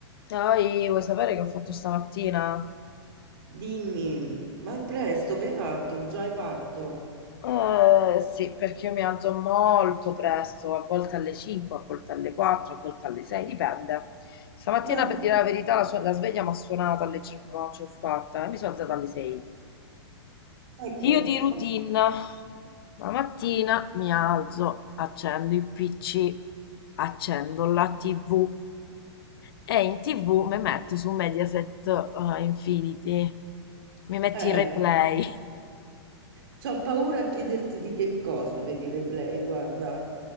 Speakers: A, on the left (about 55°); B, on the right (about 55°).
A: Poi vuoi sapere che ho fatto stamattina?
B: Dimmi, ma presto che hai fatto? Già hai fatto?
A: Eh, sì, perché io mi alzo molto presto, a volte alle 5, a volte alle 4, a volte alle 6, dipende. Stamattina,
B: Ma
A: per dire la verità, la, sua- la sveglia mi ha suonato alle 5, ma non ce l'ho fatta e mi sono alzata alle 6.
B: ecco,
A: Io di routine, la mattina mi alzo, accendo il PC, accendo la TV e in TV mi metto su Mediaset eh, Infinity, mi metto
B: eh,
A: i replay.
B: c'ho paura a chiederti di che cosa, vedi il replay, guarda.